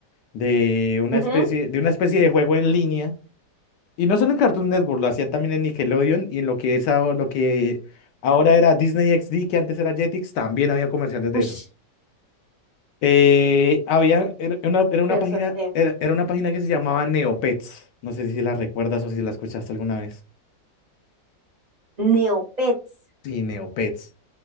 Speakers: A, on the left; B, on the right.
A: de una
B: Ujú.
A: especie, de una especie de juego en línea. Y no solo en Cartoon Network, lo hacían también en Nickelodeon y en lo que es ahora, lo que ahora era Disney XD, que antes era Jetix, también había comerciales de
B: Ush,
A: eso. Eh, había, era una, era una
B: pero
A: página,
B: sobre qué.
A: era, era una página que se llamaba Neopets. No sé si la recuerdas o si la escuchaste alguna vez.
B: Neopets.
A: Sí, Neopets.